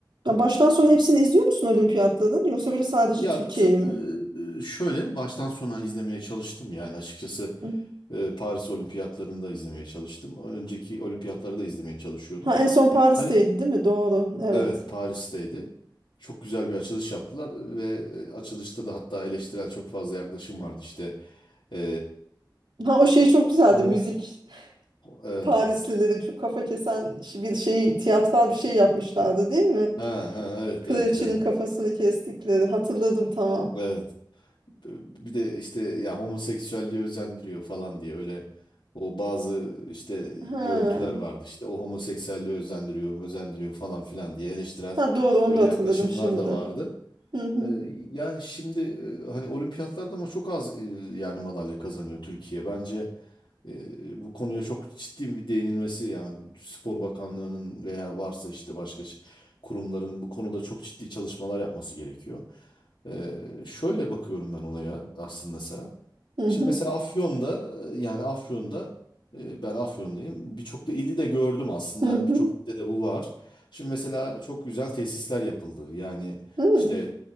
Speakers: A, on the right; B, on the left.
A: Ya baştan sona hepsini izliyor musun olimpiyatların? Yoksa böyle sadece
B: Ya
A: Türkiye'yi
B: t-
A: mi?
B: e, şöyle baştan sona izlemeye çalıştım yani açıkçası
A: Hı.
B: e, Paris Olimpiyatlarını da izlemeye çalıştım. Önceki olimpiyatları da izlemeye çalışıyordum.
A: Ha en son Paris'teydi
B: Hani
A: değil mi? Doğru. Evet.
B: evet Paris'teydi. Çok güzel bir açılış yaptılar ve e, açılışta da hatta eleştirel çok fazla yaklaşım vardı işte. E,
A: Ha o şey çok güzeldi
B: Homo.
A: müzik. <laughs>
B: E,
A: Parislilerin şu kafa kesen şi- bir şey tiyatral bir şey yapmışlardı değil mi?
B: ha, ha, evet
A: Kraliçenin
B: evet evet.
A: kafasını kestikleri. Hatırladım tamam.
B: Evet. bir de işte ya homoseksüelliği özendiriyor falan diye öyle o bazı işte
A: Ha.
B: görüntüler vardı işte o homoseksüelliği özendiriyor özendiriyor falan filan diye eleştirel
A: Ha doğru onu
B: öyle
A: da hatırladım
B: yaklaşımlar
A: şimdi.
B: da vardı.
A: Hı hı.
B: Ee, Yani şimdi e, hani olimpiyatlarda ama çok az e, yani madalya kazanıyor Türkiye. Bence e, bu konuya çok ciddi bir değinilmesi yani Spor Bakanlığı'nın veya varsa işte başka şey- kurumların bu konuda çok ciddi çalışmalar yapması gerekiyor. Ee, Şöyle bakıyorum ben olaya aslında Serap.
A: Hı
B: Şimdi
A: hı.
B: mesela Afyon'da e, yani Afyon'da e, ben Afyon'dayım. Birçok da ili de gördüm aslında.
A: Hı hı.
B: Birçok ilde de bu var. Şimdi mesela çok güzel tesisler yapıldı. Yani
A: Hı.
B: işte